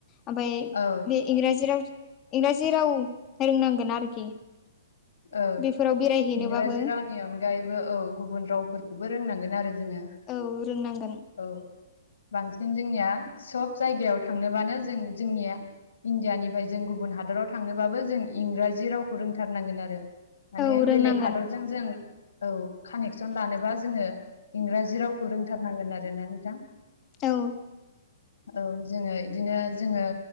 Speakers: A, on the left; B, on the left.
A: ओमफाय
B: औ
A: बे इंराजि राव इंराजि राव रोंनांगोन आरोखि
B: औ
A: बेफोराव बेरायहैनोबाबो
B: इंराजि रावनि अनगायैबो औ गुबुन रावफोरखौबो रोंनांगोन आरो जोङो
A: औ रोंनांगोन
B: औ बांसिन जोंनिया सब जायगायाव थांनोबानो जों जोंनिया इण्डियानिफ्राय जों गुबुन हादराव थांनोबाबो जों इंराजि रावखौ रोंथारनांगोन आरो माने
A: औ रोंनांगोन
B: बेलेग हादरजों जों औ कानेक्सन लानोबा जोङो इंराजि रावखौ रोंथारनांगोन आरोना नोंथां
A: औ
B: औ जोङो इदिनो जोङो